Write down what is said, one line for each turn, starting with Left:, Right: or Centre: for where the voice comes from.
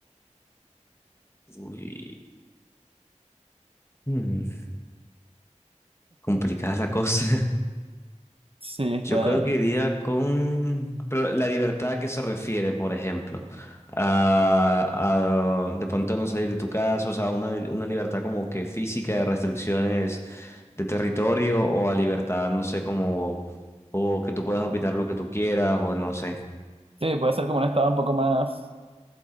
Left: Uy, Mm, complicada la cosa. <laughs>
Right: Sí, está.
Left: Yo creo que iría con... Pero la libertad a qué se refiere, por ejemplo. A, a de pronto no salir de tu casa, o sea, una, una libertad como que física de restricciones de territorio o a libertad, no sé, como... O que tú puedas opinar lo que tú quieras o no sé.
Right: Sí, puede ser como un estado un poco más.